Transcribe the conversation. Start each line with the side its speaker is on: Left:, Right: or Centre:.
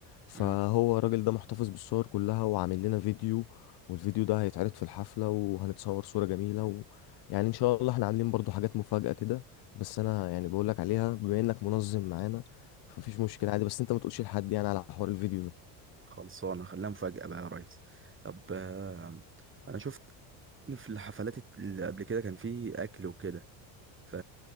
Left: فهو
Right: مم.
Left: الراجل ده محتفظ بالصور كلها وعامل لنا فيديو والفيديو ده هيتعرض في الحفله وهنتصور صوره جميله و... يعني ان شاء الله احنا عاملين برضو حاجات مفاجاه كده بس انا يعني بقول لك عليها بما انك منظم معانا فمفيش مشكله عادي بس انت ما تقولش لحد يعني على حوار الفيديو ده
Right: خلصانة خليها مفاجأة بقى يا ريس طب آه، انا شفت في الحفلات اللي قبل كده كان في اكل وكده ف